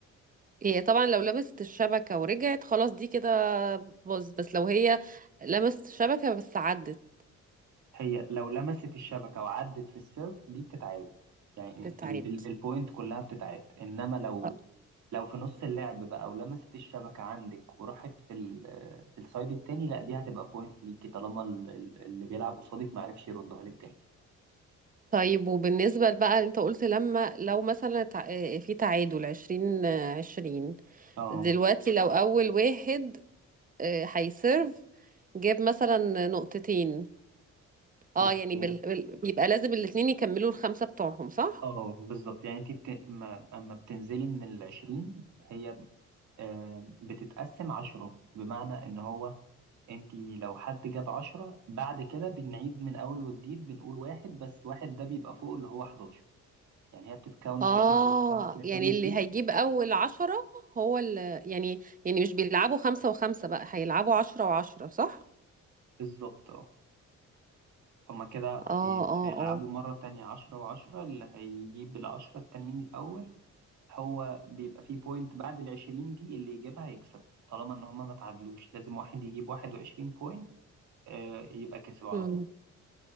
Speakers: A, on the right; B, on the right.
A: هي طبعا لو لمست الشبكة ورجعت خلاص دي كده باظ بس لو هي لمست الشبكة بس عدت
B: هي لو لمست الشبكة وعدت في السيرف دي بتتعاد يعني
A: تتعاد
B: ال ال البوينت كلها بتتعاد انما لو
A: آه.
B: لو في نص اللعب بقى ولمست الشبكة عندك وراحت في ال في السايد التاني لا دي هتبقى بوينت ليكي طالما ال- ال- اللي بيلعب قصادك معرفش يردها لك تاني
A: طيب وبالنسبة بقى انت قلت لما لو مثلا تع- آه، في تعادل عشرين آه، عشرين
B: اه
A: دلوقتي لو أول واحد آه، هيسيرف جاب مثلا نقطتين اه
B: اوكي
A: يعني بال... بال... بيبقى لازم الاتنين يكملوا الخمسة بتوعهم صح؟
B: اه بالظبط يعني انت بت... ما... اما بتنزلي من العشرين هي آه بتتقسم عشرة بمعنى ان هو انتي لو حد جاب عشرة بعد كده بنعيد من اول وجديد بنقول واحد بس واحد ده بيبقى فوق اللي هو 11 يعني هي بتتكاونت
A: اه
B: كأنك بتتكاونت من
A: يعني
B: اول وجديد
A: اللي هيجيب اول عشرة هو اللي يعني يعني مش بيلعبوا خمسة وخمسة بقى هيلعبوا عشرة وعشرة صح؟
B: بالظبط اه هما كده هي-
A: اه اه
B: هيلعبوا
A: اه
B: مرة تانية عشرة وعشرة اللي هيجيب العشرة التانيين الأول هو بيبقى فيه بوينت بعد العشرين دي اللي يجيبها هيكسب طالما إن هما ما تعادلوش لازم واحد يجيب واحد وعشرين بوينت آه، يبقى كسب على
A: امم
B: طول